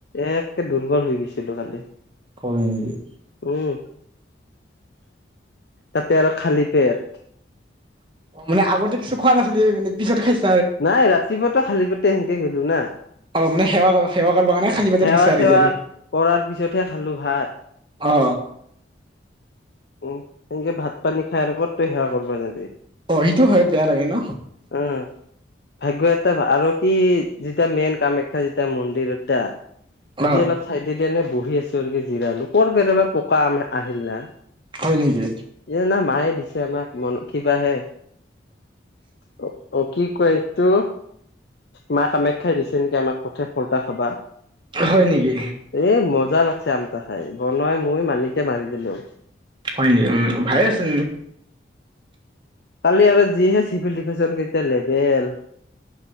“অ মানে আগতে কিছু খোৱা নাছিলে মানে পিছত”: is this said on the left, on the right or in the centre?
Right